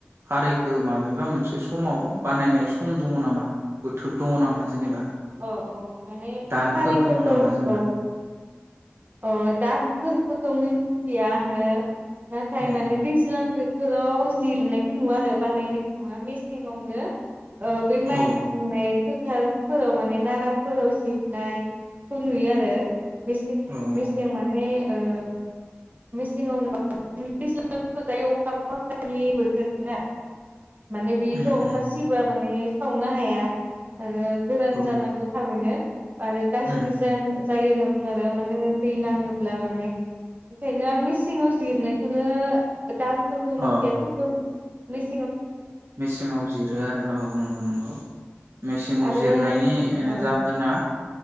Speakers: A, on the right; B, on the right.
A: खारैखो माबेबा मोनसे समाव बानायनाय सम दङ नामा बोथोर दङ नामा जेनेबा
B: अ अ माने
A: दानफोर
B: खारैखोथ'
A: दङ नामा
B: अ
A: जोंना
B: अ दानफोरखौथ' मिथिया आङो नाथाय
A: ए
B: माने दैज्लांबो थोराव जिरनायखो नुवा आरो बानायनायखो नुवा मेसेंवानो ओ बै
A: औ
B: माइ हाखांनाय फोर थारफोराव माने नाराफोराव जिदनाय खौ नुयो आरो बेसिरनि
A: औ औ
B: माने ओ मेसेंआवनो ब बांसिन दायो अखा बांखानि बोथोर ना माने बेथ'
A: उम
B: अखा
A: उम
B: सिबा माने सावनो हाया आरो गोरान
A: औ
B: जानांगौ थाबैनो आरो गाज्रि
A: उम
B: जा जायो होनना बुङो आरो मानो दै नाङोब्ला माने बेनिखायनो आं मेसेंङावस जिरनायखोनो दानफोरखौ
A: अ
B: मिथिया थेवबो मिस
A: मेसेङाव जिरो आरो औ नंगौ नंगौ मेसेंङाव
B: आरो
A: जिरनायनि आ
B: ओ
A: जाहोना